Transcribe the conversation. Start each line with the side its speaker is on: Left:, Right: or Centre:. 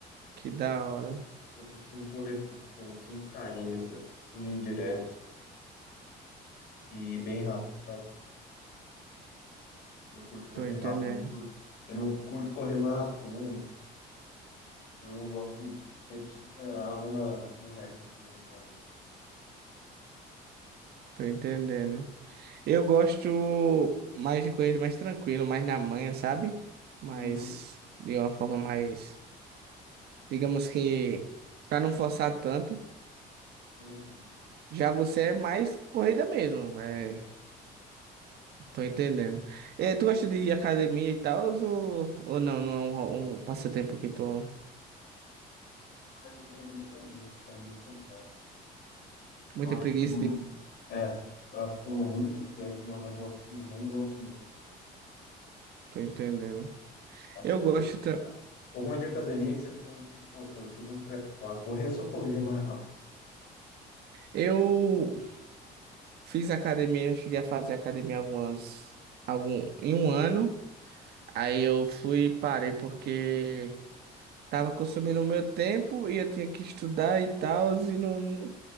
Right: Que da hora.
Left: eu costumo correr por, por 5 km assim, direto e bem rápido, sabe? Eu curto correr
Right: Tô entendendo.
Left: rápido, eu não curto, eu não curto correr maratona. Eu gosto sempre de superar minha, meu recorde de velocidade.
Right: Tô entendendo. Eu gosto mais de corrida mais tranquilo, mais na manhã, sabe? Mas
Left: Uhum.
Right: de uma forma mais, digamos que pra não forçar tanto.
Left: Sim, sim.
Right: Já você é mais corrida mesmo, é, tô entendendo. É, tu gosta de ir à academia e tal, ou, ou não? Não é um, um passatempo que tô
Left: Ah, eu tenho muita preguiça, sendo muito sincero. Eu
Right: muito
Left: acho
Right: preguiça
Left: que toma muito.
Right: de...
Left: É, eu acho que toma muito tempo e é um negócio que eu não gosto muito.
Right: Tô entendendo.
Left: Tá,
Right: Eu
Left: tipo,
Right: gosto
Left: o ruim de academia é que você tem que, pô, fazer tudo um preparo. Correr é só correr mais rápido.
Right: Eu fiz academia, eu cheguei a fazer academia algumas, algum, em um ano. Aí eu fui e parei porque tava consumindo o meu tempo e eu tinha que estudar e tal, e não, não,